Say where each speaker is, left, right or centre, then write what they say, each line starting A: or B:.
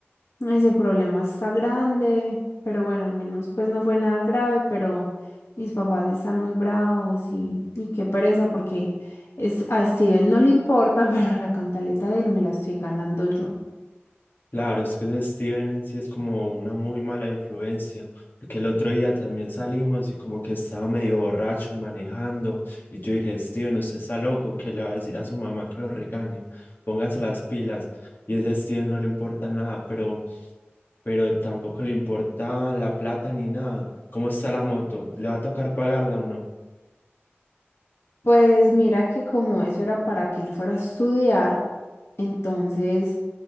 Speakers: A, on the left; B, on the left.
A: Ese problema está grande, pero bueno, al menos pues no fue nada grave, pero mis papás están muy bravos y, y qué pereza porque es, a Steven no le importa, <laughs> pero la cantaleta de él me la estoy ganando yo.
B: Claro, es que ese Steven en sí es como una muy mala influencia, porque el otro día también salimos y como que estaba medio borracho y manejando, y yo dije, Steven, usted está loco, que le va a decir a su mamá que lo regañe, póngase las pilas, y ese Steven no le importa nada, pero, pero tampoco le importa la plata ni nada, ¿cómo está la moto? ¿Le va a tocar pagarla o no?
A: Pues mira que como eso era para que él fuera a estudiar, entonces